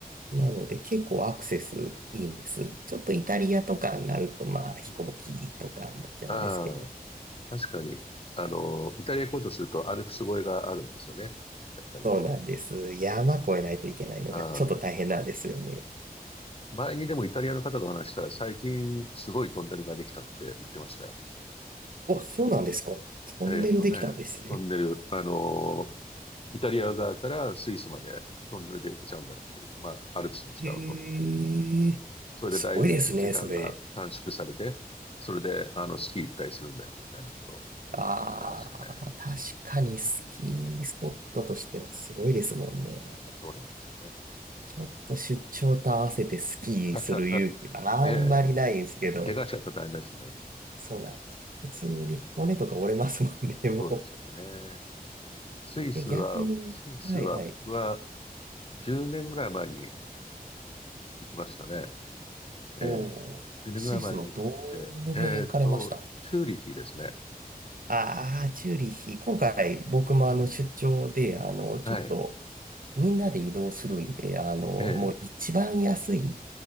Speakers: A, on the right; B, on the left.
A: なので結構アクセスいいんです。ちょっとイタリアとかになるとまあ飛行機とかになっちゃうんですけど。
B: うんああ、確かに、あの、イタリア行こうとするとアルプス越えがあるんですよね。やっぱりね。
A: そうなんです。山越えないといけないのがちょっと大変なんですよね。
B: ああ、前にでもイタリアの方と話したら最近すごいトンネルができたって言ってましたよ。
A: あ、そうなんですか。トンネルできたんですね。
B: えーっとね、トンネル、あの、イタリア側からスイスまでトンネルで行けちゃうんだっていう、まあ、アルプスの下を通る。
A: へえ、
B: それでだいぶ時間が短縮されて、
A: すごいですね、それ。
B: それで、あの、スキー行ったりするんだよ、みたいなことを
A: ああ、
B: 言ってましたね。
A: 確かにスキースポットとしてはすごいですもんね。
B: うん、そうなんですよね。
A: ちょっと出張と合わせてスキーする勇気があんまりないんですけど、
B: <laughs> ねえ、怪我しちゃったら大変だしね。
A: そうなんです。普通に骨とか折れますもんね、も
B: そうですよね。スイスは、
A: う。<laughs> え、逆に、
B: スイスは僕は
A: はいはい。
B: 10年ぐらい前に行きましたね。
A: おー、
B: ええ、10年ぐらい前に行って、
A: スイスのどの辺行かれました
B: えっと、チューリヒですね。
A: ああー、チューリヒ。今回僕もあの出張で、
B: うん。
A: あの、ちょっと
B: はい。
A: みんなで移動するんで、あの、もう一番安い
B: ええ。